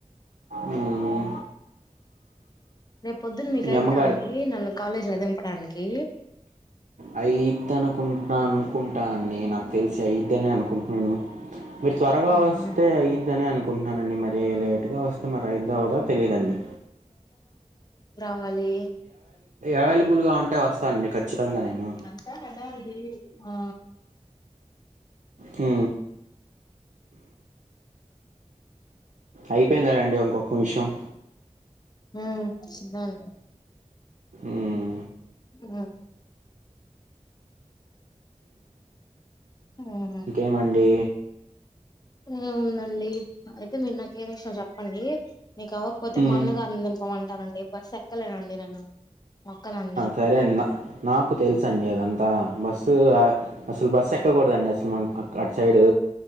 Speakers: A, on the right; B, on the left.
A: ఉమ్.
B: రేపు పొద్దున్న మీకు
A: మీ
B: అయిద్దా
A: అమ్మగారు
B: అండి నన్ను కాలేజీలో దింపడానికి
A: అయిదు అనుకుంటా అనుకుంటా అండి నాకు తెలిసి అయిద్ని అనుకుంటున్నాను మీరు త్వరగా
B: మ్మ్
A: వస్తే
B: హు
A: అయిద్దని అనుకుంటున్నానండి మరీ లేట్ లేటుగా వస్తే అయితదో అవ్వదు తెలీదండి
B: చెప్పాలి
A: అవైలబుల్గా ఉంటే వస్తానండి ఖచ్చితంగా నేను
B: అంతా హడావిడి ఆ
A: ఉ అయిపోయిందదా అండి ఇంకొక్క నిమిషం
B: ఉ దాంది
A: ఉమ్,
B: ఉహు ఉ హ
A: వచ్చామండి
B: ఏ ఉందండి అయితే మీరు నాకు ఏ విషయం చెప్పండి నీకు అవ్వకపోతే
A: ఉమ్.
B: మా అన్నగానీ దింపమంటానండి బస్సు ఎక్కలేనండి నేను ఎక్కనండి
A: సరే అండి నా నాకు తెలుస అంది అంతా బస్సు అసలు బస్ ఎక్కకూడదండి అసలు మనము అటు సైడు